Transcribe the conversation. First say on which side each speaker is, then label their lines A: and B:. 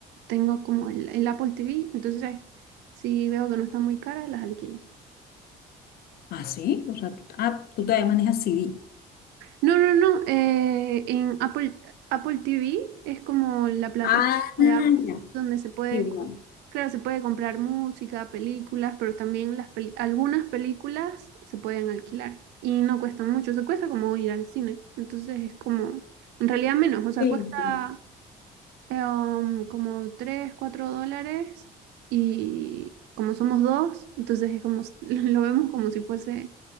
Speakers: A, on the right; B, on the left.
A: tengo como el, el Apple TV. Entonces, si veo que no están muy caras, las alquilo.
B: Ah, sí, o sea, tú, ah, tú todavía manejas C D
A: No, no, no. eh, en Apple, Apple TV es como la plataforma
B: Ah,
A: de Apple
B: ya.
A: donde se puede,
B: Sí, uno.
A: claro, se puede comprar música, películas, pero también las peli- algunas películas se pueden alquilar y no cuestan mucho. Se cuesta como ir al cine. Entonces es como, en realidad menos. O sea,
B: Sí,
A: cuesta
B: sí.
A: eh, um, como 3, 4 dólares y como somos dos, entonces es como, <laughs> lo vemos como si fuese